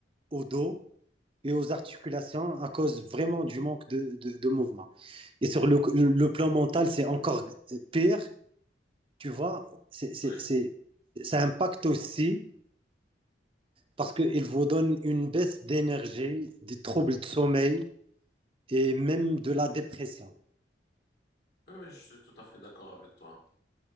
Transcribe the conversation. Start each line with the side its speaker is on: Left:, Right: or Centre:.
Right: au dos et aux articulations à cause vraiment du manque de, de, de mouvement. Et sur le, le plan mental, c'est encore pire, tu vois, c'est, c'est,
Left: oui.
Right: c'est, ça impacte aussi parce qu'il vous donne une baisse d'énergie, des troubles de sommeil et même de la dépression.
Left: Oui, oui, je suis tout à fait d'accord avec toi.